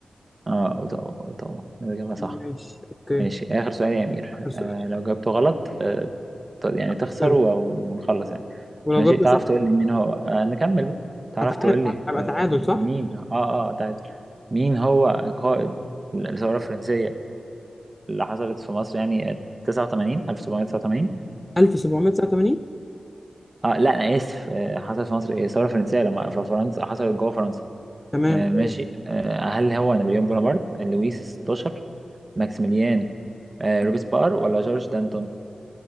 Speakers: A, on the right; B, on the left.
A: اه أوتاوا أوتاوا الإجابة صح
B: ماشي أوكي
A: ماشي آخر سؤال يا أمير
B: آخر سؤال
A: آه لو جاوبته غلط آه ت- يعني
B: أنا
A: تخسر
B: خسرت
A: و- ونخلص يعني
B: ولو
A: ماشي
B: جبت
A: تعرف
B: صح
A: تقول لي مين هو آه نكمل بقى تعرف
B: هتعادل
A: تقول لي
B: هبقى
A: آه
B: تعادل صح
A: مين اه اه تعال مين هو قائد الثورة الفرنسية اللي حصلت في مصر يعني آه، 89 1789
B: 1789
A: اه لا أنا آسف آه حصلت في مصر إيه الثورة الفرنسية لما في فرنسا حصلت جوه فرنسا
B: تمام
A: آه
B: قول.
A: ماشي آه هل هو نابليون بونابرت لويس 16 ماكسيميليان آه روبسبار ولا جورج دانتون